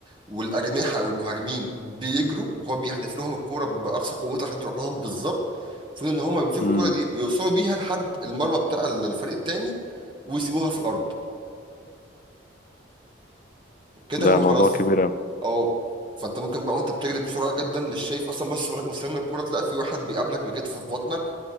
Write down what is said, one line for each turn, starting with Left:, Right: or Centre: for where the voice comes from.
Right: والأجنحة أو المهاجمين بيجروا وهو بيحدف لهم الكرة بأقصى قوته عشان تروح لهم بالظبط المفروض إن هما بيمسكوا
Left: امم
Right: الكرة دي ويوصلوا بيها لحد المرمى بتاع الفريق التاني ويسيبوها في الأرض كده
Left: ده
Right: هو
Left: موضوع
Right: خلاص
Left: كبير قوي
Right: أه فأنت ممكن بقى وأنت بتجري بسرعة جدا مش شايف أصلا بس صورك مستني الكرة تلاقي في واحد بيقابلك بكتفه في بطنك